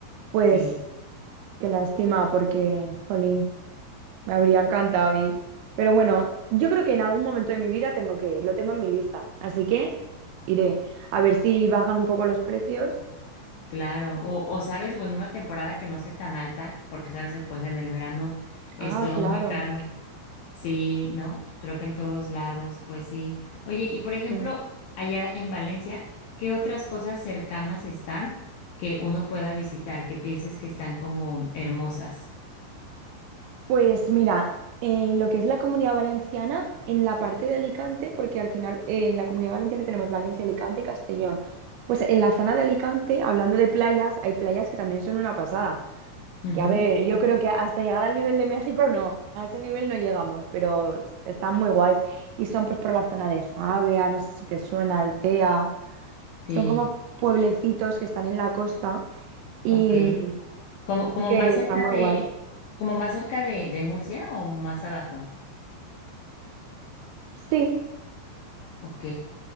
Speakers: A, on the right; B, on the left.
A: Pues
B: Sí.
A: qué lástima porque, jolín. Me habría encantado ir. Pero bueno, yo creo que en algún momento de mi vida tengo que ir, lo tengo en mi lista. Así que iré a ver si bajan un poco los precios.
B: Claro, o, o sabes, bueno, una temporada que no sea tan alta, porque sabes, que, pues en el verano es
A: Ah,
B: todo
A: claro.
B: muy caro. Sí, ¿no? Creo que en todos lados, pues sí. Oye, y por ejemplo,
A: sí.
B: allá en Valencia, ¿qué otras cosas cercanas están que uno pueda visitar, que pienses que están como hermosas?
A: Pues mira, en lo que es la Comunidad Valenciana, en la parte de Alicante, porque al final eh, en la Comunidad Valenciana tenemos Valencia, Alicante y Castellón. Pues en la zona de Alicante, hablando de playas, hay playas que también son una pasada.
B: Ujú,
A: Que a ver, yo creo que hasta llegar al nivel de México no, a ese nivel no llegamos, pero están muy guays. Y son pues por la zona de Javea, no sé si te suena, Altea. Son
B: Sí,
A: como pueblecitos que están en la costa y,
B: ok. Como, como
A: y que
B: más cerca
A: está muy
B: de,
A: guay.
B: como más cerca de, de Murcia o más abajo.
A: Sí,
B: Ok,